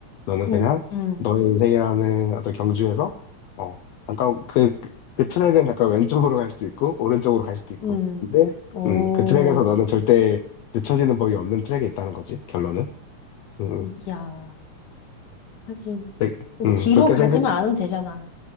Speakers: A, on the left (about 85°); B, on the left (about 55°).
A: 너는
B: 음.
A: 그냥
B: 음.
A: 너의 인생이라는 어떤 경주에서 어 잠깐 그, 그 트랙은 잠깐 왼쪽으로 갈 수도 있고 오른쪽으로 갈 수도 있고
B: 음,
A: 근데
B: 오,
A: 음, 그 트랙에서 너는 절대 늦춰지는 법이 없는 트랙에 있다는 거지 결론은 음,
B: 이야,
A: 음.
B: 하긴.
A: 그렇게, 음,
B: 뒤로
A: 그렇게
B: 가지만
A: 생각
B: 않으면 되잖아.